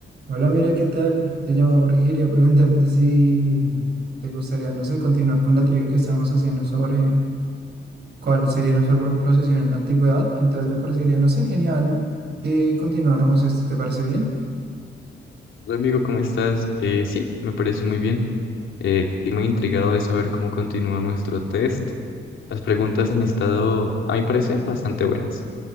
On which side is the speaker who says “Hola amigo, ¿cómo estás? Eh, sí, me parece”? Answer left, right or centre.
Left